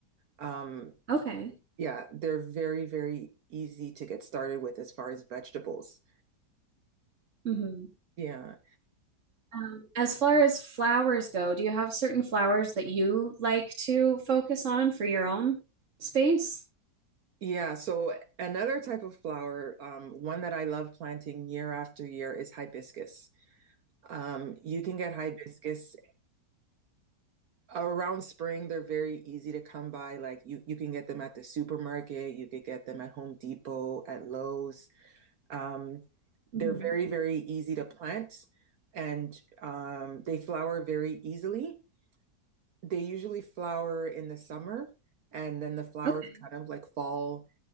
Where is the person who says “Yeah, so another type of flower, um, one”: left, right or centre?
Right